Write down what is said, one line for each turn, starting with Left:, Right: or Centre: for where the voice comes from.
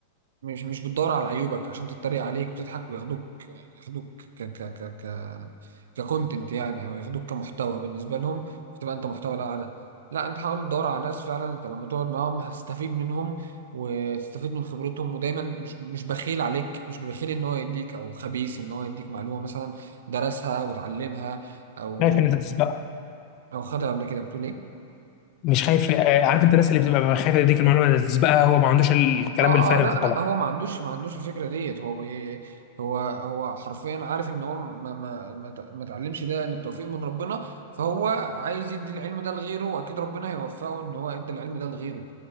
Right: مش مش بتدور على عيوبك عشان تتريق عليك وتضحك وياخدوك ياخدوك ك ك ك ك ككونتنت يعني او ياخدوك كمحتوى بالنسبه لهم فتبقى انت محتوى القعده لا انت حاول تدور على ناس فعلا انت لما تقعد معاهم هتستفيد منهم وتستفيد من خبرتهم ودايما مش مش بخيل عليك مش بخيل ان هو يديك او خبيث ان هو يديك معلومه مثلا درسها وتعلمها او
Left: خايف ان انت تسبقها
Right: او خدها قبل كده بتقول ايه
Left: مش خايف آه، عارف انت الناس اللي بتبقى خايفه تديك المعلومه اللي تسبقها هو ما عندوش الكلام
Right: اه
Left: الفارغ
Right: اه لا
Left: ده طبعا
Right: لا هو ما عندوش ما عندوش الفكره ديت هو بي هو هو حرفيا عارف ان هو ما ما ما ت- ما اتعلمش ده الا بتوفيق من ربنا فهو عايز يدي العلم ده لغيره واكيد ربنا هيوفقه ان هو يدي العلم ده لغيره